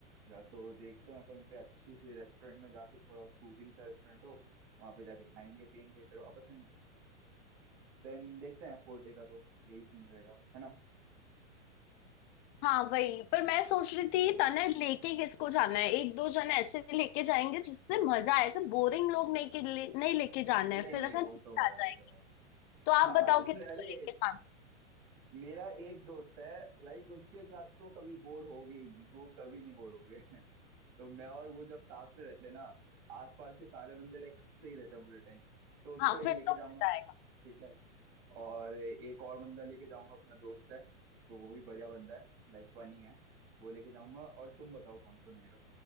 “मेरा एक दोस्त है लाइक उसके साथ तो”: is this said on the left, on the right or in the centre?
Right